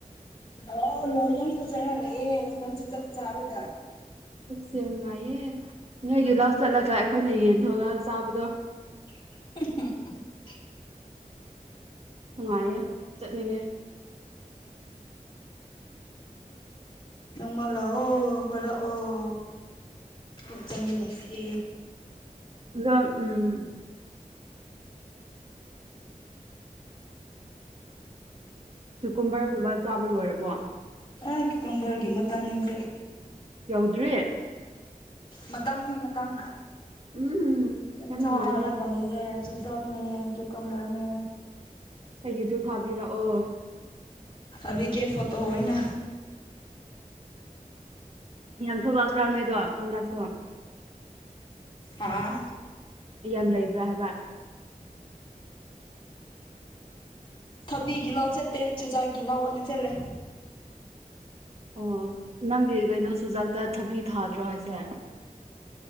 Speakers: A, on the left; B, on the right.
A: ꯂꯥꯛꯑꯣ ꯂꯥꯛꯑꯣ ꯌꯥꯝ ꯐꯖꯔ ꯂꯩꯌꯦ ꯍꯧꯖꯤꯛꯀꯥꯟ ꯆꯨꯖꯥꯛ ꯆꯥꯔꯒ
B: ꯑꯁ ꯌꯥꯝ ꯅꯨꯡꯉꯥꯏꯌꯦ ꯅꯣꯏꯒꯤ ꯂꯥꯎ ꯆꯠꯂꯒ ꯑꯩꯈꯣꯏꯅ ꯌꯦꯟ ꯊꯣꯛꯑꯒ ꯆꯥꯕꯗꯣ
A: <unintelligible>
B: ꯅꯨꯡꯉꯥꯏꯌꯦ ꯆꯠꯅꯤꯡꯉꯦ
A: ꯅꯣꯡꯃ ꯂꯥꯛꯑꯣ ꯀꯣꯏꯔꯛꯑꯣ ꯄꯨꯛ ꯆꯥꯃꯤꯟꯅꯁꯦ
B: ꯑꯗ ꯎꯝ ꯀꯨꯀꯨꯝꯕꯔꯒꯨꯝꯕ ꯆꯥꯕ ꯂꯣꯏꯔꯕꯣ
A: ꯑꯥꯏ ꯀꯨꯀꯨꯝꯕꯔꯒꯤ ꯃꯇꯝꯅꯦ ꯍꯧꯖꯤꯛ
B: ꯌꯧꯗ꯭ꯔꯤꯌꯦ
A: ꯃꯇꯝꯅꯤ ꯃꯇꯝ
B: ꯎꯝ
A: ꯌꯦꯟ
B: ꯌꯥꯝ
A: ꯆꯥꯔꯒ
B: ꯅꯨꯡꯉꯥꯏꯅꯦ
A: ꯂꯩꯌꯦ ꯆꯨꯖꯪꯅꯦ ꯀ꯭ꯌꯨꯀꯝꯕꯔꯅꯦ
B: ꯀꯩꯒꯤꯁꯨ ꯊꯥꯕꯤꯔꯛꯑꯣ
A: ꯊꯥꯕꯤꯒꯦ ꯐꯣꯇꯣ ꯑꯣꯏꯅ
B: ꯌꯥꯝ ꯊꯂꯛꯄ꯭ꯔꯥ ꯅꯣꯏꯗꯣ ꯍꯟꯗꯥꯛꯁꯨ
A: ꯍꯥꯥ
B: ꯌꯥꯝ ꯂꯩꯕ꯭ꯔꯥ ꯍꯥꯏꯕ
A: ꯊꯕꯤꯒꯤ ꯂꯧ ꯆꯠꯇꯦ ꯆꯨꯖꯥꯛꯒꯤ ꯂꯧ ꯑꯣꯏꯅ ꯆꯠꯂꯦ
B: ꯑꯣ ꯅꯪꯒꯤ ꯀꯩꯅꯣ ꯆꯨꯖꯥꯛꯇ ꯊꯕꯤ ꯊꯥꯗ꯭ꯔꯣ ꯍꯥꯏꯁꯦ